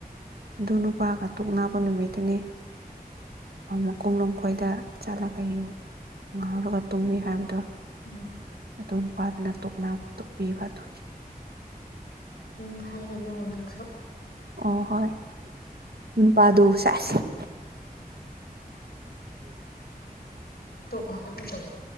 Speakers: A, on the right; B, on the left.
A: ꯑꯗꯨ ꯅꯨꯄꯥꯒ ꯇꯣꯛ ꯅꯕ ꯅꯨꯃꯤꯠꯇꯅꯦ ꯑ ꯀꯨꯝꯅꯨꯡ ꯈꯣꯏꯗ ꯆꯠꯂꯒꯨ ꯉꯥꯎꯔꯒ ꯇꯨꯝꯃꯤ ꯍꯥꯏꯕꯗꯣ
B: ꯎꯝ
A: ꯑ ꯅꯨꯄꯥꯗꯅ ꯇꯣꯛ ꯇꯣꯛꯄꯤꯕꯈꯤ
B: ꯃꯤꯡ ꯍꯥꯏꯒꯅꯨ ꯅꯪꯁꯨ
A: ꯑꯣ ꯍꯣꯏ ꯅꯨꯄꯥꯗꯨ ꯆꯥꯏꯁ ꯍꯝ
B: ꯇ ꯑꯗꯨ ꯇ